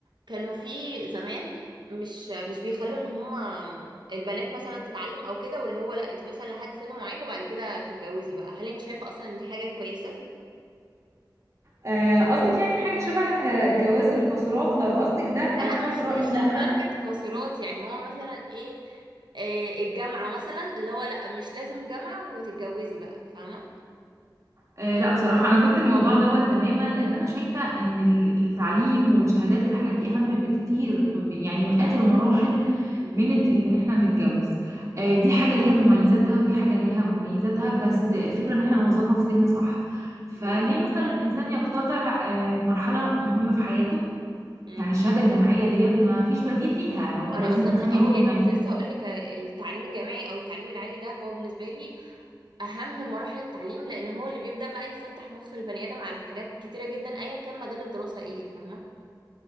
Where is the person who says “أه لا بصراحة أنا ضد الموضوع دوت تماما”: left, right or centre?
Right